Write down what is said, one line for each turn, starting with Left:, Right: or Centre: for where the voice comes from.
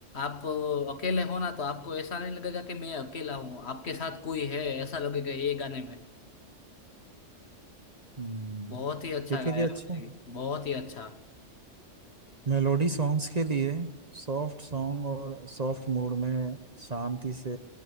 Left: आप अकेले हो ना तो आपको ऐसा नहीं लगेगा कि मैं अकेला हूँ आपके साथ कोई है ऐसा लगेगा ये गाने में
Right: हम्म
Left: बहुत ही अच्छा
Right: देखिए
Left: गाया
Right: कि अच्छे
Left: आपने बहुत ही अच्छा
Right: मेलोडी सॉन्ग्स के लिए सॉफ्ट सॉन्ग और सॉफ्ट मूड में शांति से